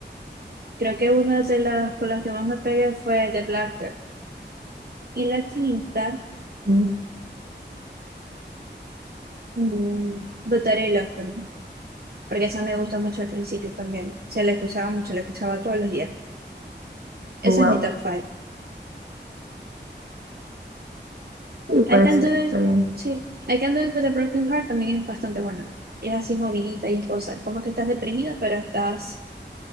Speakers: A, on the right; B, on the right.
A: Creo que una de las con las que más me pegué fue The Black Dog. Y la quinta.
B: Mm,
A: Mm, Butterella, Open, porque esa me gustó mucho al principio también. Se la escuchaba mucho, la escuchaba todos los días. ese
B: Oh, wow.
A: es mi top five.
B: Sí,
A: I
B: puede
A: Can
B: ser,
A: Do It,
B: está bien.
A: sí. I Can Do It With a Broken Heart también es bastante buena. Y es así movidita y es cosa. es Como que estás deprimida, pero estás